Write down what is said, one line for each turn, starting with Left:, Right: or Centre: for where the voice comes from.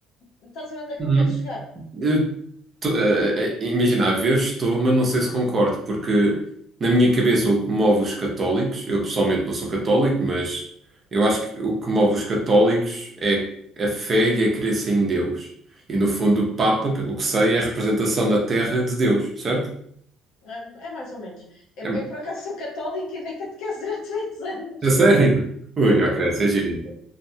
Left: Estás a ver onde é que
Right: Uhum.
Left: eu quero chegar?
Right: Eu tô- eh, eh, eh, imagina, a ver, estou, mas não sei se concordo, porque na minha cabeça o que move os católicos, eu pessoalmente não sou católico, mas eu acho que o que move os católicos é a fé e a crença em Deus. E no fundo, o Papa, pelo que sei, é a representação na Terra de Deus, certo?
Left: É, é mais ou menos. Eu,
Right: É,
Left: eu, por acaso, sou católica e dei catequese durante <laughs> 20 anos.
Right: é sério? Ui, ok, essa é gira.